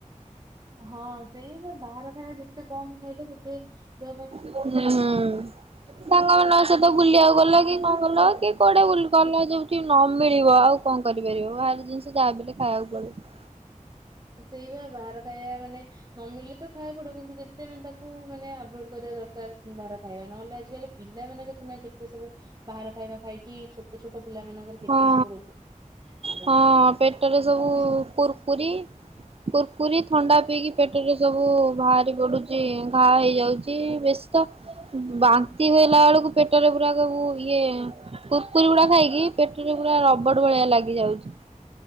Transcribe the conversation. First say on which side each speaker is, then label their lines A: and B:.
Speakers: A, on the right (about 30°); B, on the right (about 45°).
A: ହଁ ସେଇଆ ବା ବାହାର ଖାଇବା ଯେତେ କମ୍ ଖାଇଲେ ଯେତେ ଦେହ ପାଇଁ
B: ହୁଁ ସାଙ୍ଗମାନଙ୍କ ସହିତ ବୁଲିଆକୁ ଗଲ କି କଁ ଗଲ କି କୁଆଡେ ବୁଲ୍ ଗଲ ଯୋଉଠି ନ ମିଳିବ ଆଉ କଁ କରିପାରିବ ବାହାର
A: ହଁ
B: ଜିନିଷ ଯାହା ବି ହେଲେ ଖାଇବାକୁ ପଡିବ।
A: ସେଇ ବା ବାହାର ଖାଇବା ମାନେ ନ ମିଳିଲେ ତ ଖାଇଆକୁ ପଡିବ କିନ୍ତୁ ଯେତେ ମାନେ ତା କୁ ମାନେ ଆଭୋଏଡ୍ କରିବା ଦରକାର। ବାଆର ଖାଇବା ନହେଲେ ଆଜିକାଲି ପିଲାମାନେ ଦେଖୁନା କେତେ ସବୁ ବାହାର ଖାଇବା ଖାଇ କି ଛୋଟ ଛୋଟ ପିଲାମାନଙ୍କର କେତେ
B: ହଁ
A: ସବୁ ରୋଗ
B: ହଁ
A: <inaudible>
B: ହଁ ପେଟରେ ସବୁ କୁୁରକୁରି କୁୁରକୁରି ଥଣ୍ଡା ପିଇକି ପେଟେରେ ସବୁ ଭାରି ପଡୁଚି ଉଁ ଘା ହେଇଯାଉଚି ବେଶୀ ତ ବାନ୍ତି ହେଲା ବେଳୁକୁ ପେଟରେ ପୁରା ଗୁ ଗୁ ଇଏ କୁର୍ କୁରି ଗୁଡା ଖାଇକି ପେଟେରେ ପୁରା ରବଡ ଭଳିଆ ଲାଗିଯାଉଚି।